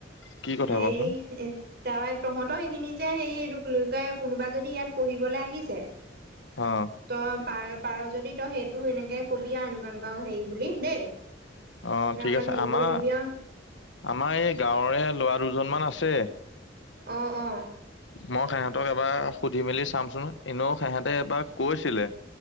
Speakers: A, on the left; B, on the right.
A: কি কথা
B: সেৰি
A: কচোন
B: এ তাৰ তহঁত সেইখিনি যে সেই ল কোনোবা যদি ইয়াত পঢ়িবলৈ আহিছে
A: অ
B: ত পাৰ পাৰ যদি তো সেইটোও এনেকে কবি আও এনকা এনেকুৱা হেৰি বুলি দেই
A: অ
B: এনে
A: ঠিক
B: অকণ
A: আছে
B: হেৰি
A: আমাৰ
B: কৰি দিবি আও
A: আমাৰ এই গাঁৱৰে লৰা দুজন মান আছে
B: অ অ
A: মই সিহঁতক এবাৰ সুধি মেলি চামচোন এনেও সিহেঁতে এবাৰ কৈছিলে